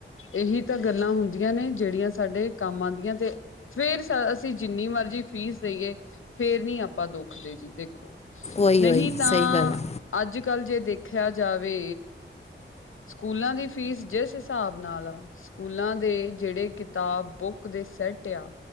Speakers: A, on the left (about 75°); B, on the left (about 30°).
A: ਇਹੀ ਤਾਂ ਗੱਲਾਂ ਹੁੰਦੀਆਂ ਨੇ ਜਿਹੜੀਆਂ ਸਾਡੇ ਕੰਮ ਆਨਦੀਆਂ ਤੇ ਫੇਰ ਅਸੀਂ ਜਿੰਨੀ ਮਰਜ਼ੀ ਫੀਸ ਦੇਈਏ, ਫੇਰ ਨਹੀਂ ਆਪ ਆਪਾਂ ਦੁੱਖਦੇ ਜੀ ਦੇਖੋ,
B: ਉਹੀ
A: ਨਹੀਂ
B: ਉਹੀ ਉਹੀ
A: ਤਾਂ
B: ਸਹੀ ਗੱਲ ਹੈ
A: ਅੱਜ ਕੱਲ ਜੇ ਦੇਖਿਆ ਜਾਵੇ ਸਕੂਲਾਂ ਦੀ ਫੀਸ ਜਿਸ ਹਿਸਾਬ ਨਾਲ ਆ। ਸਕੂਲਾਂ ਦੇ ਜਿਹੜੇ ਕਿਤਾਬ, ਬੁੱਕ ਦੇ ਸੈਟ ਆ।